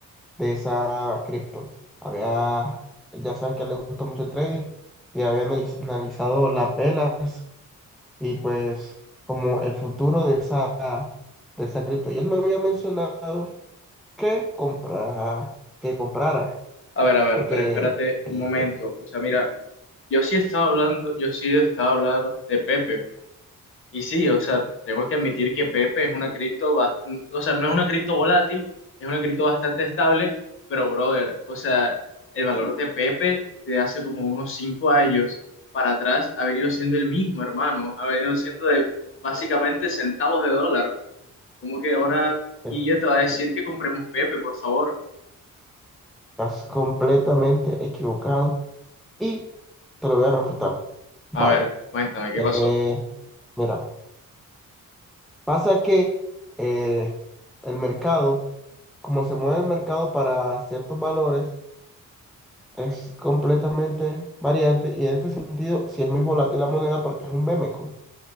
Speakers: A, in the centre; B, on the left (about 40°).
A: de esa cripto. Había, ya sabes que a él le gusta mucho el trading y había analiz- analizado las velas y pues como el futuro de esa, de esa cripto. Y él me había mencionado que comprara, que comprara.
B: A ver, a ver,
A: porque
B: pero espérate un
A: eh,
B: momento.
A: eh,
B: O sea, mira, yo sí estaba hablando, yo sí estaba hablando de Pepe. Y sí, o sea, tengo que admitir que Pepe es una cripto, bas- o sea, no es una cripto volátil, es una cripto bastante estable, pero brother, o sea, el valor de Pepe de hace como unos cinco años para atrás ha venido siendo el mismo, hermano. Ha venido siendo de básicamente centavos de dólar. Como que ahora Guille
A: eh,
B: te va a decir que compremos Pepe, por favor.
A: estás completamente equivocado y te lo voy a refutar. Vale.
B: A ver, cuéntame, ¿qué
A: Eh,
B: pasó?
A: mira, pasa que eh, el mercado, como se mueve el mercado para ciertos valores, es completamente variante y en este sentido sí es muy volátil la moneda porque es un meme coin.